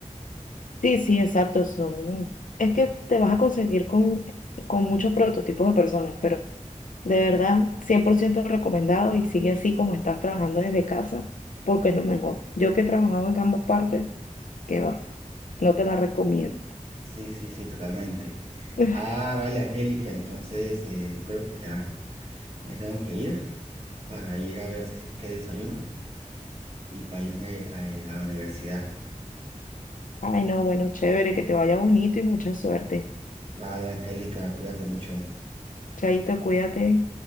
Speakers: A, on the left; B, on the right.
A: Sí, sí, exacto. Son... Es que te vas a conseguir con, con muchos prototipos de personas, pero de verdad, 100% recomendado y sigue así como estás trabajando desde casa, porque es lo mejor. Yo que he trabajado en ambas partes, que va, no te la recomiendo.
B: Sí, sí, sí, totalmente.
A: <laughs>
B: Ah, vale, Angélica, entonces eh, yo creo que ya. Me tengo que ir para ir a ver si- qué desayuno y para irme a, a la universidad.
A: Ay, no, bueno, chévere, que te vaya bonito y mucha suerte.
B: Vale, Angélica, cuídate mucho.
A: Chaito, cuídate.